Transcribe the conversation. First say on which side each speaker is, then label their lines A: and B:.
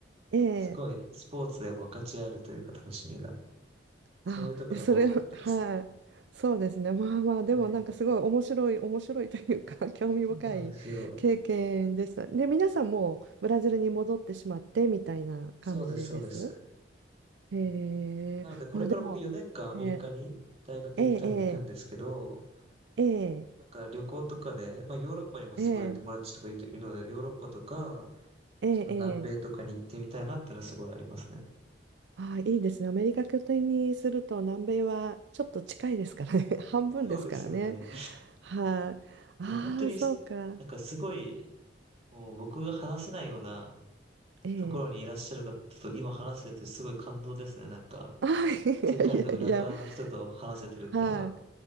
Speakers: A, on the right; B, on the right.
A: ええ。
B: すごいスポーツで分かち合えるというか楽しみが。そういうところが大きかったですね。
A: ああ、でそれ <laughs> はい。そうですね。まあまあでもなんかすごい面白い面白いというか
B: はい。
A: <laughs> 興味深い経験でした。
B: そうなんですよ。
A: で皆さんもうブラジルに戻ってしまってみたいな感じです。
B: そうです、そうです。
A: へえ。
B: なので、これから僕4年間アメリカに大学行くために行くんですけど、
A: まあでも。えーええ、ええ、
B: なんか旅行とかで、まあヨーロッパにもすごい友達とかいるので、
A: ええ、
B: ヨーロッパとか、
A: ええ、
B: その南米とかに行ってみたいなっていうのはすごいありますね。
A: ええ。ああ、いいですね。アメリカ拠点にすると南米はちょっと近いですからね。<laughs> 半分ですからね。
B: そうですよね。
A: はい、あ。ああそうか。
B: でも本当に、なんかすごい、もう僕が話せないような
A: ええ。
B: ところにいらっしゃる方と今話せてすごい感動ですね。なんか、
A: <laughs> ああ、いやいやいや。
B: 世界の裏側の人と話せてるっていうのが。
A: はい、